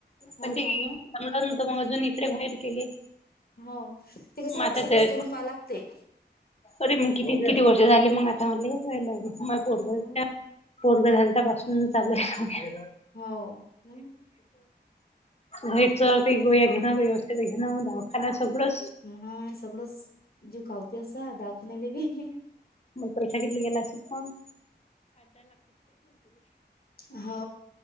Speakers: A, on the left; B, on the left.
A: हो
B: पण
A: ना हो
B: ते सम
A: ना
B: नत मग अजून इकडे वाईट केले.
A: हो ते कसं
B: मग आता
A: सगळंच
B: तर
A: करून पहा लागते.
B: अरे मी किती किती वर्ष झाली मग आता मला म
A: हो
B: पोर.
A: ना ना
B: पोरग झाल पासून चालूय.
A: हो
B: घरच काही गोळ्या घेणं काही औषध घेणं दवाखानना सगळं.
A: हा सगळंच जीव कावती असा दावाखान्याले बी.
B: मग पैसा किली गेला श पण.
A: हम् हो